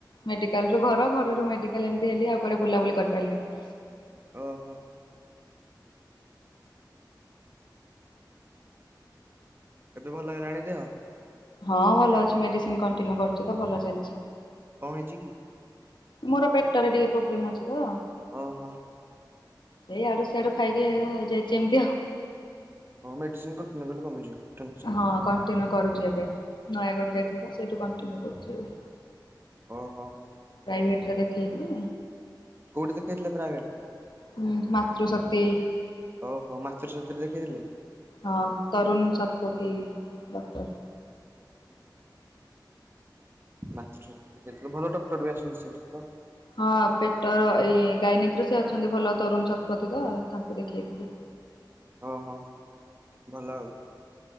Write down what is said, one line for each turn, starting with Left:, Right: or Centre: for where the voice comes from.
Left: ମେଡିକାଲରୁ ଘର, ଘରରୁ ମେଡିକାଲ ଏମିତି ହେଲି। ଆଉ କୁଆଡ ବୁଲାବୁଲି କରିପାରିଲିନି।
Right: ଓହୋ। ଏବେ ଭଲ ହେଇଗଲାଣି ଦେହ?
Left: ହଁ, ଭଲ ଅଛି। ମେଡିସିନ କଣ୍ଟିନ୍ୟୁ କରୁଛି ତ ଭଲ ଚାଲିଛି।
Right: କଣ ହେଇଛି କି?
Left: ମୋର ପେଟରେ ଟିକେ ପ୍ରୋବ୍ଲେମ୍ ଅଛି ତ
Right: ଓହୋ।
Left: ସେଇ ଆଡୁ ଶିଆଡୁ ଖାଇକି ଏ ହେଇଯାଇଛି ଏମିତି ଆଉ।
Right: ହଉ ମେଡିସିନ କଣ୍ଟିନ୍ୟୁ କଲେ କମିଯିବ। ଟେନସନ
Left: ହଁ କଣ୍ଟିନ୍ୟୁ କରୁଛି ଏବେ ନୟାଗଡ଼ ଯାଇଥିଲଥିଲୁ ତ ସେଠୁ କଣ୍ଟିନ୍ୟୁ କରୁଛି ଏବେ
Right: ଓହୋ
Left: ପ୍ରାଇଭେଟରେ ଦେଖେଇକି
Right: କୋଉଠି ଦେଖେଇଥିଲେ ପ୍ରାଇଭେଟ
Left: ହୁଁ, ମାତୃଶକ୍ତି।
Right: ଓହୋ, ମାତୃଶକ୍ତି ରେ ଦେଖେଇଥିଲେ?
Left: ହଁ, ତରୁଣ ଶତପଥି ଡକ୍ଟର।
Right: ହୁଁ। ମାତୃଶକ୍ତି, ଭଲ ଡକ୍ଟର ବି ଆସନ୍ତି ସେଠିକି ତ।
Left: ହଁ ପେଟର, ଏଇ ଗାଇନିକିର ସେ ଅଛନ୍ତି ଭଲ ତରୁଣ ଶତପଥୀ ତ, ତାଙ୍କୁ ଦେଖେଇଥିଲି।
Right: ଓହୋ, ଭଲ ଆଉ।